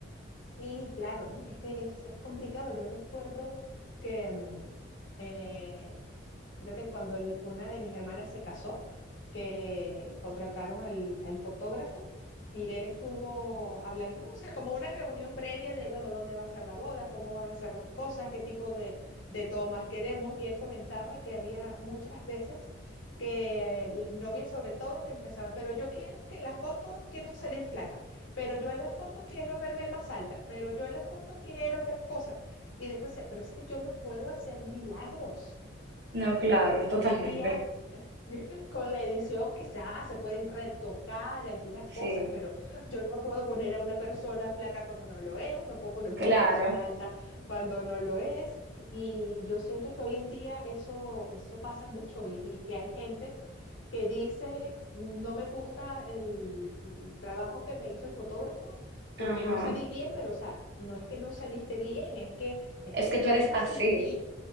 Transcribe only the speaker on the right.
No, claro,
totalmente.
Sí,
claro.
Ajá.
es
que
tú eres
así.